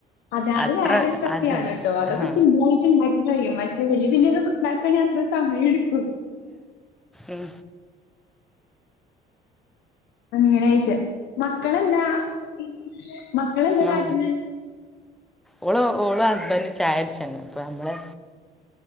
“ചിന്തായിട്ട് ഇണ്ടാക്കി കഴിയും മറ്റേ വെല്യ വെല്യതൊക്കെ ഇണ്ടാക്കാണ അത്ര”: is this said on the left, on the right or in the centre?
Left